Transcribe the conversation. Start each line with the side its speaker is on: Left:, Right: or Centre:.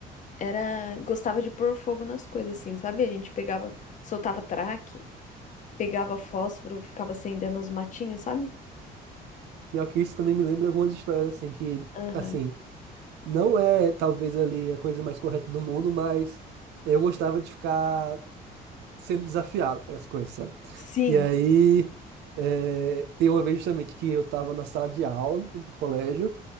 Left: era gostava de pôr fogo nas coisas assim, sabe? A gente pegava, soltava traque, pegava fósforo, ficava acendendo os matinhos, sabe?
Right: pior que isso também me lembra algumas histórias, assim, que,
Left: Aham.
Right: assim, não é talvez ali a coisa mais correta do mundo, mas eu gostava de ficar sendo desafiado para as coisas, sabe?
Left: Sim,
Right: E aí, é, tem uma vez justamente que eu estava na sala de aula do colégio,